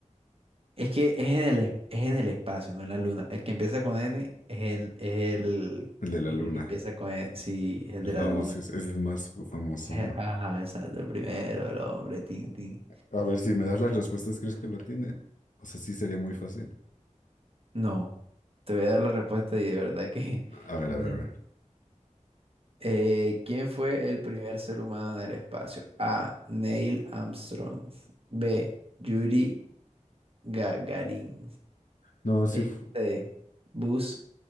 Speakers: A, on the right; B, on the left.
A: es que es en el, es es en el espacio, no en la luna. El que empieza con N es el, es el,
B: El de la
A: es
B: luna.
A: el que empieza con N, sí, es el
B: El
A: de
B: famoso,
A: la luna.
B: ese ese es el más famoso,
A: Es-
B: ¿no?
A: Ajá, exacto, el primero, el hombre, tin, tin.
B: A ver, si me das las respuestas, ¿crees que lo tiene? O sea, sí sería muy fácil.
A: No, te voy a dar la respuesta y de verdad que... <laughs>
B: A ver,
A: no.
B: a ver, a ver.
A: Eh, ¿quién fue el primer ser humano en el espacio? A. Neil Armstrong. B. Yuri Gagarin.
B: No, sí.
A: E,
B: fu-
A: C. Buzz